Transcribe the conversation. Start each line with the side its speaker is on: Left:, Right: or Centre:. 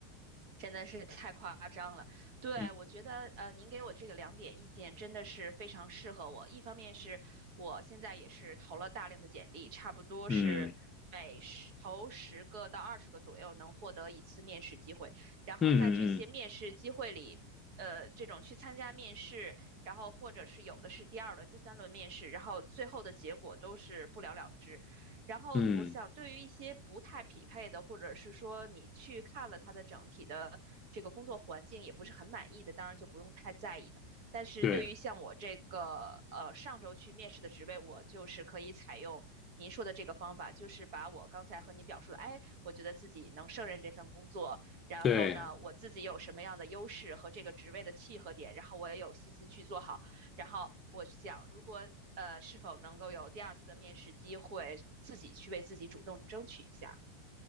Right: 真的是太夸张了，对，
Left: 嗯
Right: 我觉得呃，您给我这个两点意见真的是非常适合我。一方面是我现在也是投了大量的简历，差不多是每十投十个到二十个左右能获得一次面试机会。
Left: 嗯
Right: 然后在这些面试机会里，
Left: 嗯嗯嗯
Right: 呃，这种去参加面试，然后或者是有的是第二轮、第三轮面试，然后最后的结果都是不了了之。然后我想，
Left: 嗯，
Right: 对于一些不太匹配的，或者是说你去看了他的整体的这个工作环境也不是很满意的，当然就不用太在意了。但是对于像我这个呃上周去面试的职位，
Left: 对
Right: 我就是可以采用您说的这个方法，就是把我刚才和你表述的，哎，我觉得自己能胜任这份工作，然后呢，
Left: 对。
Right: 我自己有什么样的优势和这个职位的契合点，然后我也有信心去做好。然后我想，如果呃是否能够有第二次的面试机会，自己去为自己主动争取一下。